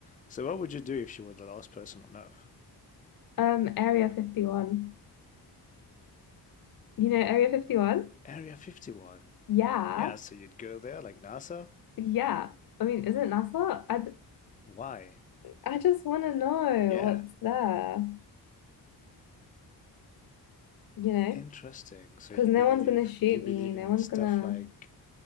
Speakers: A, on the left; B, on the left.
A: So what would you do if you were the last person on Earth?
B: Um, Area 51. You know Area 51?
A: Area 51.
B: Yeah.
A: Yeah, so you'd go there like NASA?
B: Yeah. I mean, is it NASA? I,
A: Why?
B: I just want to know
A: Yeah,
B: what's there, you know?
A: interesting. So
B: Because
A: you
B: no
A: believe,
B: one's gonna shoot
A: do you believe
B: me, no
A: in
B: one's
A: stuff
B: gonna,
A: like